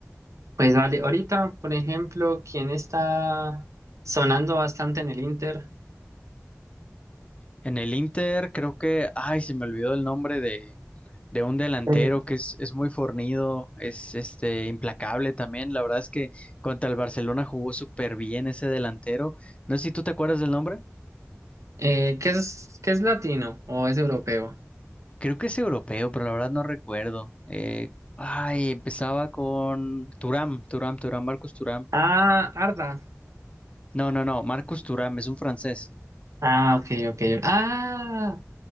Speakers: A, on the right; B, on the left.
A: pues dale, ahorita, por ejemplo, ¿quién está sonando bastante en el Inter?
B: En el Inter creo que, ay, se me olvidó el nombre de, de un delantero
A: El-
B: que es, es muy fornido, es este implacable también. La verdad es que contra el Barcelona jugó súper bien ese delantero. No sé si tú te acuerdas del nombre.
A: eh, ¿qué es, qué es latino o es europeo?
B: Creo que es europeo, pero la verdad no recuerdo. Eh, ay, empezaba con Turam, Turam, Turam, Marcus Turam.
A: Ah, Arda.
B: No, no, no, Marcus Turam es un francés.
A: Ah, ok, ok. Ah,